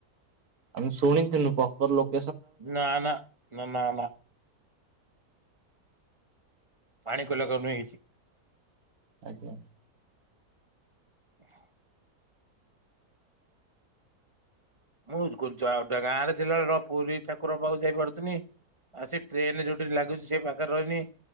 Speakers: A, on the right; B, on the right.
A: ଆମେ ଶୁଣିଥଥିଲୁ ପପର ଲୋକ
B: ନା ନା। ନା ନା ନା ପାଣି କ ଲଗନୁ ହେଇଛି <inaudible>
A: ଆଜ୍ଞା।
B: ହ। ମୁଁ ଗାଁରେ ଥିଲାବେେଳେ କଣ ପୁରୀ ଠାକୁର ପାଖକୁ ଯାଇ ପାରୁଥିନି। ଆ ସେ ଟ୍ରେନ ଯୋଉଠି ଲାଗୁଛି ସେ ପାଖରେ ରହିନି।